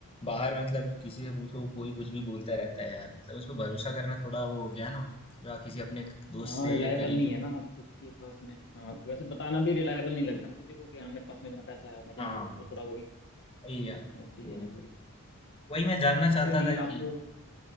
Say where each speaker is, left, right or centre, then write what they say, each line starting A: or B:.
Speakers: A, on the left; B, on the left.
A: बाहर मतलब किसी से पूछो कोई कुछ भी बोलता रहता है यार मतलब उस पर भरोसा करना थोड़ा वो हो गया ना या किसी अपने दोस्त
B: हाँ
A: से
B: रिलायबल
A: करीबी
B: नहीं है ना आप किसी के पास में हाँ वैसे बताना भी रिलायबल नहीं लगता ना किसी को कि हाँ मेरे पास में इतना पैसा है मैं क्या
A: हाँ
B: करूँ तो थोड़ा वो भी
A: वही है तो
B: अ, चीजें हैं थोड़ी
A: वही मैं
B: हाँ,
A: जानना
B: तो
A: चाहता
B: कोई नहीं
A: था
B: आप
A: कि